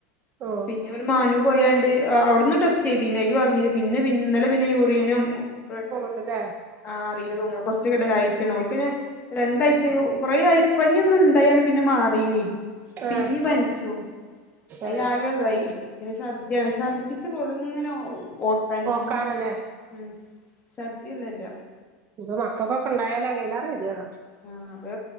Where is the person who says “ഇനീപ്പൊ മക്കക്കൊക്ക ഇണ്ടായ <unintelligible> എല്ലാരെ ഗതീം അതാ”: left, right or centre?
Right